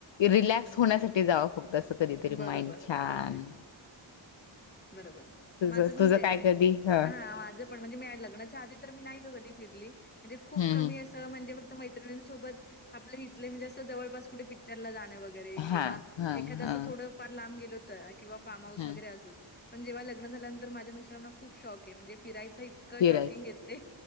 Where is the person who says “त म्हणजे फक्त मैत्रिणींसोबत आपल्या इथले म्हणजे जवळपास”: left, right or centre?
Left